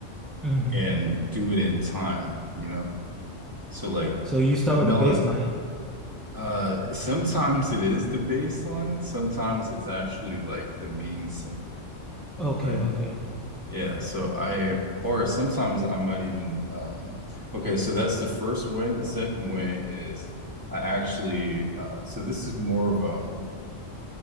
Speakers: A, in the centre; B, on the right.
A: hmm
B: and do it in time, you know? So like
A: So you start
B: the
A: with
B: melody
A: the baseline.
B: uh sometimes it is the bass line, sometimes it's actually like the main synth,
A: Okay,
B: right?
A: okay.
B: Yeah, so I or sometimes I might even um okay, so that's the first way. The second way is I actually uh so this is more of um